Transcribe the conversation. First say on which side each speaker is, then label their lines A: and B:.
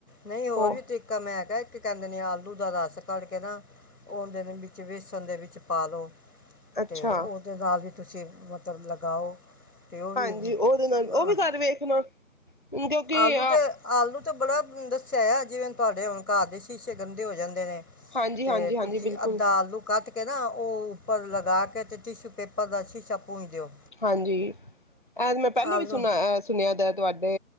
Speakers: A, on the left; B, on the left.
A: ਨਹੀਂ ਹੋਰ
B: ਉਹ
A: ਵੀ ਤਰੀਕਾ ਮੈਂ ਹੈਗਾ ਇੱਕ ਕਹਿੰਦੇ ਨੇ ਆਲੂ ਦਾ ਰਸ ਕਢ ਕੇ ਨਾ ਉਹ ਦੇ ਵਿੱਚ ਵੇਸਣ ਦੇ ਵਿੱਚ ਪਾ ਲਉ
B: ਅੱਛਾ
A: ਤੇ ਉਹਦੇ ਨਾਲ ਵੀ ਤੁਸੀਂ ਮਤਲਬ ਲਗਾਓ ਤੇ ਉਹ ਵੀ
B: ਹਾਂਜੀ
A: ਅਹ,
B: ਉਹਦੇ ਨਾਲ ਉਹ ਵੀ ਕਰ ਵੇਖਣਾ ਕਿਉਂਕਿ
A: ਆਲੂ ਤੇ ਆਲੂ ਤੇ ਬੜਾ ਦੱਸਿਆ ਆ ਜਿਵੇਂ ਤੁਹਾਡੇ ਹੁਣ ਘਰ ਦੇ ਸ਼ੀਸ਼ੇ ਗੰਦੇ ਹੋ ਜਾਂਦੇ ਨੇ
B: ਹਾਂਜੀ
A: ਤੇ
B: ਹਾਂਜੀ ਹਾਂਜੀ
A: ਤੁਸੀਂ
B: ਬਿਲਕੁਲ
A: ਅੱਧਾ ਆਲੂ ਕੱਟ ਕੇ ਨਾ ਉਹ ਉੱਪਰ ਲਗਾ ਕੇ ਤੇ ਟਿਸ਼ੂ ਪੇਪਰ ਨਾਲ ਸ਼ੀਸ਼ਾ ਪੂੰਝ ਦਿਉ।
B: ਹਾਂਜੀ ਇਹ ਮੈਂ ਪਹਿਲੇ
A: ਆਲੂ
B: ਵੀ ਸੁਣਿਆ ਸੁਣਿਆ ਦਾ ਤੁਹਾਡੇ